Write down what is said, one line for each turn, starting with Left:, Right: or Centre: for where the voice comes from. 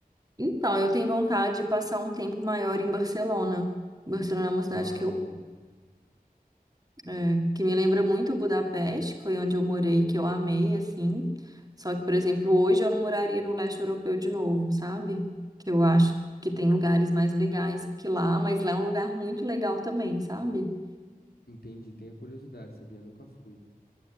Right: Então, eu tenho vontade de passar um tempo maior em Barcelona. Barcelona é uma cidade
Left: Uau.
Right: que, eu, é, que me lembra muito Budapeste, que foi onde eu morei, que eu amei, assim. Só que, por exemplo, hoje eu não moraria no leste europeu de novo, sabe? Que eu acho que tem lugares mais legais que lá, mas lá é um lugar muito legal também, sabe?
Left: Entendi, tenho curiosidade, sabia? Nunca fui.